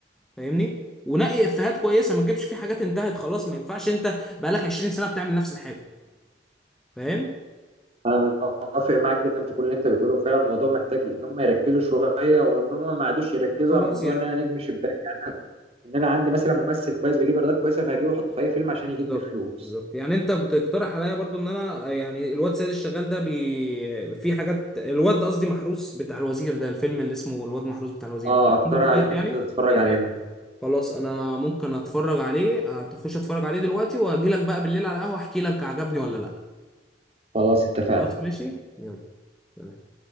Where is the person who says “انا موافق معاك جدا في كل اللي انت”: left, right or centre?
Right